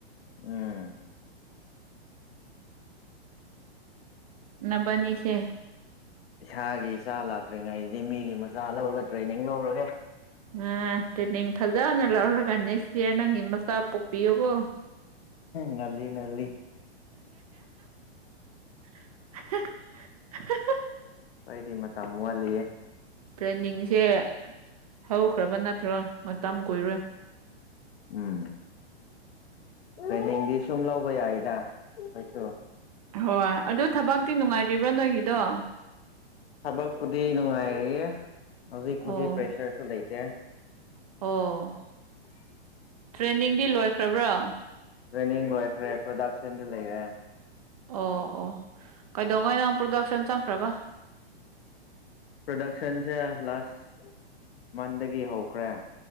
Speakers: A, on the left; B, on the right.
A: ꯎꯝ
B: ꯅꯕꯥꯅꯤꯁꯦ
A: ꯏꯁꯥꯒꯤ ꯏꯆꯥ ꯂꯥꯛꯇ꯭ꯔꯤꯉꯩꯗꯗꯤ ꯃꯤꯒꯤ ꯃꯆꯥ ꯂꯧꯔꯒ ꯇ꯭ꯔꯦꯅꯤꯡ ꯂꯧꯔꯒꯦ
B: ꯑꯥ ꯇꯔ꯭ꯦꯟꯅꯤꯡ ꯐꯖꯅ ꯂꯧꯔꯒ ꯅꯦꯛꯁ ꯏꯌꯥꯔ ꯅꯪꯒꯤ ꯃꯆꯥ ꯄꯣꯛꯄꯤꯌꯣꯀꯣ
A: ꯉꯜꯂꯤ ꯉꯜꯂꯤ
B: <unintelligible>
A: ꯑꯩꯗꯤ ꯃꯇꯝ ꯋꯥꯠꯂꯤꯌꯦ
B: ꯇ꯭ꯔꯦꯟꯅꯤꯡꯁꯦ ꯍꯧꯈ꯭ꯔꯕ ꯅꯠꯇ꯭ꯔꯣ ꯃꯇꯝ ꯀꯨꯏꯔꯣꯏ
A: ꯎꯝ ꯇ꯭ꯔꯦꯅꯤꯡꯗꯤ ꯁꯨꯝ ꯂꯧꯕ ꯌꯥꯏꯗ ꯅꯣꯏꯁꯨ
B: ꯍꯣꯏ ꯑꯗꯨ ꯊꯕꯛꯇꯤ ꯅꯨꯡꯉꯥꯏꯔꯤꯕ꯭ꯔꯥ ꯅꯣꯏꯒꯤꯗꯣ
A: ꯊꯕꯛꯄꯨꯗꯤ ꯅꯨꯡꯉꯥꯏꯔꯤ ꯍꯧꯖꯤꯛꯄꯨꯗꯤ
B: ꯑꯣ
A: ꯄ꯭ꯔꯦꯁꯔꯁꯨ ꯂꯩꯇꯦ
B: ꯑꯣ ꯇ꯭ꯔꯦꯟꯅꯤꯡꯗꯤ ꯂꯣꯏꯈ꯭ꯔꯕ꯭ꯔꯣ
A: ꯇ꯭ꯔꯦꯅꯤꯡ ꯂꯣꯏꯈ꯭ꯔꯦ ꯄ꯭ꯔꯗꯛꯁꯟꯗ ꯂꯩꯔꯦ
B: ꯑꯣ ꯑꯣ ꯀꯩꯗꯧꯉꯥꯏ ꯅꯪ ꯄ꯭ꯔꯗꯛꯁꯟ ꯆꯪꯈ꯭ꯔꯕ
A: ꯄ꯭ꯔꯣꯗꯛꯁꯟꯁꯦ ꯂꯥꯁ ꯃꯟꯗꯒꯤ ꯍꯧꯈ꯭ꯔꯦ